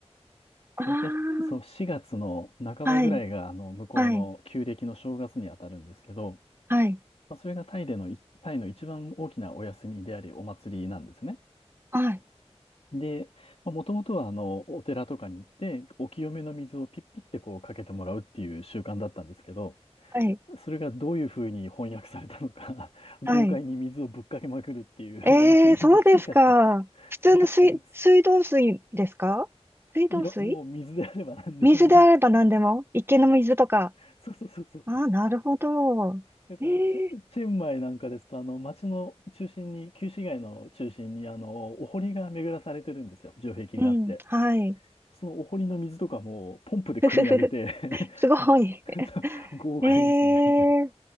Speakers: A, on the right (about 20°); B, on the left (about 60°).
A: あ
B: 大体、そう、4月の半ばぐらいが、
A: あ、はい、
B: あの、向こうの旧暦の正月に当たるんですけど、
A: はい、はい、
B: まあ、それがタイでのい、タイの一番大きなお休みであり、お祭りなんですね。
A: はい、
B: で、まあ、もともとは、あの、お寺とかに行って、お清めの水をピッピッてこうかけてもらうっていう習慣だったんですけど、
A: はい、
B: それがどういうふうに翻訳されたのか、<laughs> 豪快に水をぶっかけまくるっていうお祭りに進化した、
A: はい。ええー、そうですか。普通の水、
B: 進化したんです。
A: 水道水ですか水道水
B: いろ、もう水であれば何でもいい。
A: 水であれば何でも。池の水とか。
B: <laughs> そうそうそうそう
A: ああ、なるほど。
B: だからチェ、
A: ええ
B: チェンマイなんかですと、あの、街の中心に、旧市街の中心に、あの、お堀が巡らされてるんですよ。城壁があって。
A: ー、うん、はい。
B: そのお堀の水とかも、ポンプで汲み上げて
A: <laughs> ふふふふ、すごい。
B: <laughs>
A: <laughs>
B: 豪快ですね。
A: ええー、い